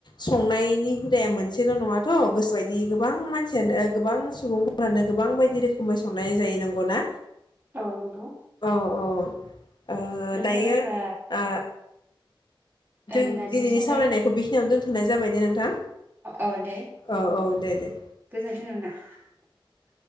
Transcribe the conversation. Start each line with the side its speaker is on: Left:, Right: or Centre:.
Left: संनाय नि हुदाया मोनसेल' नङाथ' गोसो बायदि गोबां मानसियानो गोबां सुबुंफोरानो गोबां बायदि रोखोमै संनाय जायो नंगौना?
Right: औ नंगौ
Left: औ औ ओ
Right: नोंथाङा
Left: दायो
Right: होनबा
Left: आ
Right: ओ
Left: जों
Right: नारजि
Left: दिनैनि
Right: संनाय
Left: सावरायनायखौ बेखिनियावनो दोनथ'नाय जाबाय दे नोंथां।
Right: औ दे
Left: औ औ दे दे।
Right: <unintelligible>